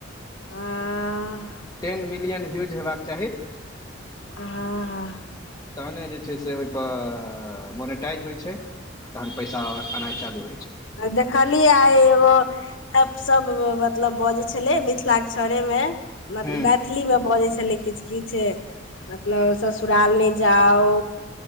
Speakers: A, on the left; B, on the left.
A: हँ
B: टेन मिलियन व्यूज होेबाक चाही
A: हाँ हाँ
B: तहने जे छैय से ओहिपर मोनिटाइज होइ छैय तहन पैसा एनाइ चालू होइ छैय
A: देखली आय एगो अपसब मतलब बजै छलै मिथिलाक के छड़े मे
B: हूँ
A: मैथिली मे बजै छलै किछ किछ मतलब ससुराल ने जाउ